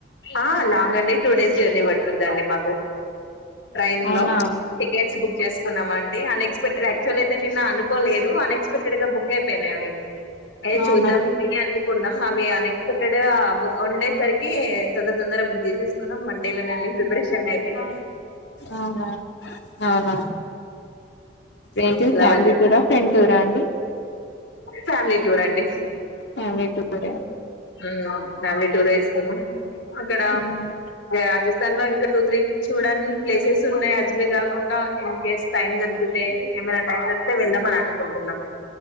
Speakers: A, on the left; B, on the left.
A: ఆ లాంగ్ అండి టూ డేస్ జర్నీ పడుతుందండి మాకు ట్రైన్
B: అవునా
A: లో టికెట్స్ బుక్ చేసుకున్నాం అండి అన్ఎక్స్పెక్టెడ్ యాక్చువల్ అయితే నిన్న అనుకోలేదు అన్ఎక్స్పెక్టెడ్ గా బుక్ అయిపోయినాయి అవి ఏ
B: అవునా
A: చూద్దాం అనుకున్ అవి అన్ ఎక్స్ ఉండే సరికి తొందర తొందర బుక్ చేసినం మండే ప్రెషన్ అయిపోయిన
B: అవునా అవును ఏంటిది
A: అలా
B: ఫ్యామిలీ
A: బయలుదేరినాం
B: టూర్ ఆ ఫ్రెండ్ టురా ఆ అండి
A: ఫ్యామిలీ టూర్ అండి
B: ఫ్యామిలీ టూర్ ఎ
A: యూ ఫ్యామిలీ టూర్ ఎ వేసుకున్నాం అక్కడ
B: ఉమ్,
A: రాజస్థాన్ లో ఇంకా టూ త్రీ చూడని ప్లేసెస్ ఉన్నాయి అజ్మీర్ కాకుండా ఇన్ కేస్ టైం దొరికితే ఏమైనా టైం దొరికితే వెళ్దాం అని అనుకుంటున్నాం